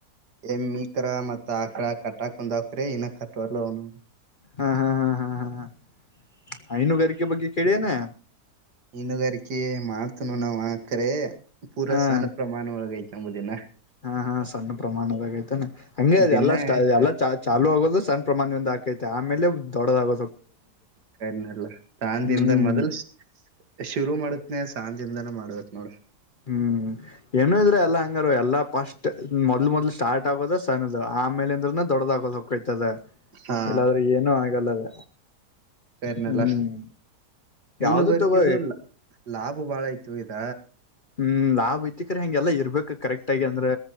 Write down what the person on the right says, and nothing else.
ಎ ಈಕರ ಮತ್ತ ಆಕಳ ಕಟ್ಟಾ ಕುಂದಾ ಇನ್ನ ಕಟ್ವಾಗಿರ್ಲ್ಲ ಲೋನ್
ಹನ್ನುಗಾರಿಕೆ ಮಾಡ್ತನ ನಾವ್ ಆಕರೆ ಪೂರ
ಸಣ ಪ್ರಮಾಣ ಒಳಗ ಎಂಬುದಿನ
ದಿನ
ಎಷ್ಟ
ಕನಲ್ಲ ಸಂದಿಂದ
ಮೊದಲ್ ಶುರು ಮಾಡತ್ನನೆ ಸಾಂದ ದಾನೇ ಮಾಡ್ಬೇಕಕ್ ನೋಡ್
ಹಾ
ಕರ್ನೆಲ್ಲ
ಇನುಗರಿಕದು
ಲಾಭ ಬಾಳ ಯ್ತು ಇದ